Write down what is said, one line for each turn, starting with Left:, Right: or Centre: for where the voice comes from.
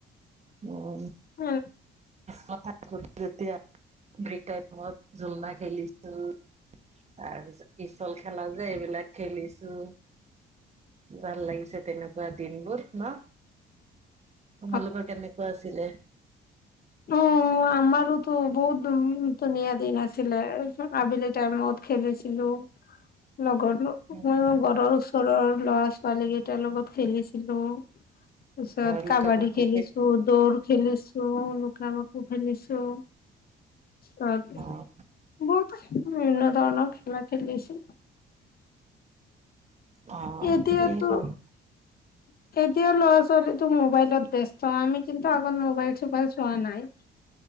Right: উম
Left: উম।
Right: কথা যেতিয়া ব্ৰেক টাইমত মই ঝুলনা খেলিছো। তাৰ পিছত পিছল খেলা যে এইবিলাক খেলিছো। ভাল লাগিছে তেনেকুৱা দিনবোৰ ন'?
Left: <unintelligible>
Right: তোমালোকৰ কেনেকুৱা আছিলে?
Left: অঁ উম আমাৰোতো বহুত ধুন ধুনীয়া দিন আছিলে। আবেলি টাইমত খেলিছিলো, লগটো ওম
Right: উম
Left: ঘৰৰ ওচ- ঘৰৰ ল'ৰা ছোৱালী কেইটাৰ লগত খেলিছিলো। পিচত
Right: লুকা
Left: কাবাডি
Right: ভাকু
Left: খেলিছো, দৌৰ খেলিছো, লুক ভাকু খেলিছো। ত বহুত
Right: অ
Left: বিভিন্ন ধৰণৰ খেলা খেলিছো।
Right: অ
Left: এতিয়াতো-
Right: এই হয়
Left: এতিয়াৰ ল'ৰা ছোৱালীতো মোবাইলত ব্যস্ত, আমি কিন্তু আগত মোবাইল চোবাইল চোৱা নাই।